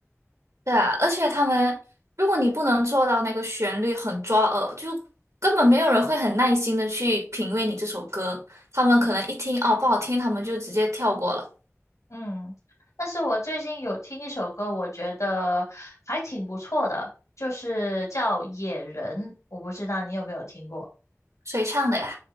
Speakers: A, on the right (about 80°); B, on the left (about 85°).
A: 对啊，而且他们，如果你不能做到那个旋律很抓耳，就根本没有人会很耐心的去品味你这首歌。他们可能一听哦不好听，他们就直接跳过了。
B: 嗯，但是我最近有听一首歌，我觉得还挺不错的，就是叫《野人》，我不知道你有没有听过。
A: 谁唱的呀？